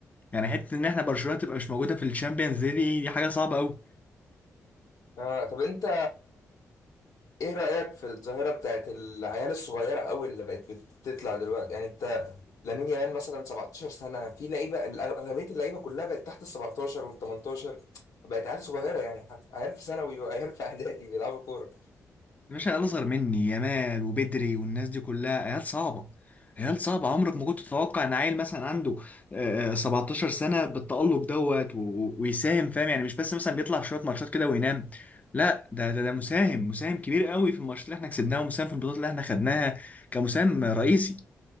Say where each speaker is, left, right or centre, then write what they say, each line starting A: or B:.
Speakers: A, on the left (about 25°); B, on the left (about 65°).
A: يعني حته ان احنا برشلونه تبقى مش موجوده في الشامبيونز دي دي دي حاجه صعبه قوي
B: آه طب انت ايه رايك في الظاهره بتاعت العيال الصغيره قوي اللي بقت بتطلع دلوقتي يعني انت لامين يامال مثلا 17 سنه في لعيبه الأغ- اغلبيه اللعيبه كلها بقت تحت ال 17 وال 18 بقت عيال صغيره يعني حت- عيال في ثانوي وعيال في <laughs> اعدادي بيلعبوا كوره
A: مش عيال اصغر مني يامال وبدري والناس دي كلها عيال صعبه عيال صعبه عمرك ما كنت تتوقع ان عيل مثلا عنده آه، 17 سنه بالتألق دوت و- و- ويساهم فاهم يعني مش بس مثلا بيطلع شويه ماتشات كده وينام لا ده ده ده مساهم مساهم كبير قوي في الماتشات اللي احنا كسبناها ومساهم في البطولات اللي احنا خدناها كمساهم رئيسي